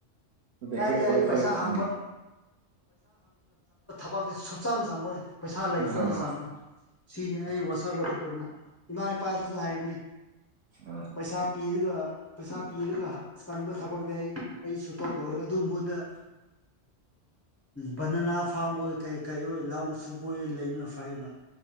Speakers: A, on the right (about 70°); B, on the left (about 20°).
A: ꯗ
B: ꯀꯥꯏꯗꯩ
A: ꯍꯦꯛ ꯀ꯭ꯋꯥꯂꯤꯐꯥꯏ
B: ꯑꯩ ꯄꯩꯁꯥ ꯍꯪꯕ
A: ꯎ
B: ꯄꯄꯥꯛꯇꯦ ꯁꯛꯆꯥꯡ ꯆꯪꯉꯣꯏ ꯄꯩꯁꯥ ꯂꯩꯁꯨ
A: ꯑꯥ
B: ꯑꯩ ꯆꯪꯉꯣꯏ ꯁꯤꯅꯤ ꯑꯩ
A: ꯎꯝ
B: ꯋꯥꯁꯛ ꯂꯧꯈ꯭ꯔꯕꯅꯤ ꯏꯃꯥ ꯏꯄꯥꯗꯨꯁꯨ ꯍꯥꯏꯕꯅꯤ
A: ꯑꯥ
B: ꯄꯩꯁꯥ ꯄꯤꯔꯒ ꯄꯩꯁꯥ ꯄꯤꯔꯒ ꯆꯪꯕ ꯊꯕꯛꯇꯤ ꯑꯩ ꯑꯩꯁꯨ ꯇꯧ ꯀꯧꯔꯦ ꯑꯗꯨ ꯃꯨꯗ ꯕꯅꯅꯥ ꯐꯥꯔꯝ ꯑꯣꯏ ꯀꯩ ꯀꯩ ꯑꯣꯏ ꯂ ꯁꯨꯕ ꯑꯣꯏ ꯂꯩꯅꯣꯏ ꯐꯩꯕ